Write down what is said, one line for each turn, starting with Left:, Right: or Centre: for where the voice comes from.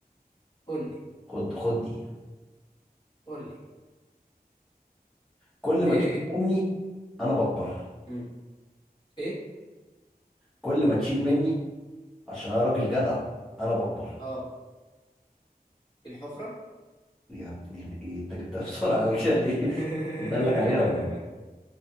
Left: قول لي
Centre: خد خد دي
Left: قول لي
Centre: كل ما
Left: ايه
Centre: تشيل مني انا بكبر
Left: مم. ايه
Centre: كل ما تشيل مني عشان انا راجل جدع انا بكبر
Left: اه الحفرة
Centre: يا ابني الايه انت جبتها بسرعه قوي كده ليه
Left: <laughs>
Centre: <laughs> دلك عليها ولا ايه